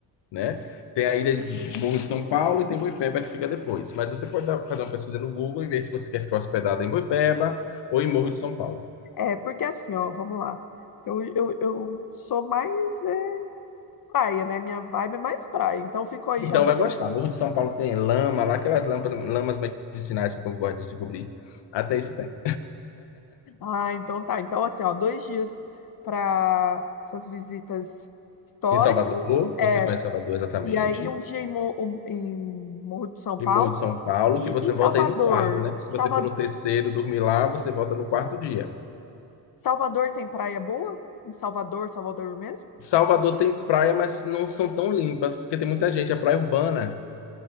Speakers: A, on the left; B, on the left.
A: né? Tem a ilha de Morro de São Paulo e tem Boipeba que fica depois. Mas você pode dar- fazer uma pesquisa no Google e ver se você quer ficar hospedado em Boipeba ou em Morro de São Paulo.
B: É, porque assim, ó, vamos lá. Eu, eu, eu sou mais é, praia, né? Minha vibe é mais praia. Então, ficou aí
A: Então
B: já dois.
A: vai gostar. Morro de São Paulo tem lama, lá aquelas lampas, lamas medicinais que o povo gosta de se cobrir. Até isso tem.
B: Ah, então tá. Então, assim, ó, dois dias para essas visitas históricas.
A: Em Salvador,
B: É,
A: você conhece Salvador exatamente.
B: e aí, um dia em, Mo- um- em Morro de São
A: E
B: Paulo.
A: Morro de São Paulo,
B: E,
A: que você
B: e
A: volta
B: Salvador?
A: aí no quarto, né? Que se
B: Salva,
A: você for no terceiro dormir lá, você volta no quarto dia.
B: Salvador tem praia boa? Em Salvador, Salvador mesmo?
A: Salvador tem praia, mas não são tão limpas, porque tem muita gente, é praia urbana.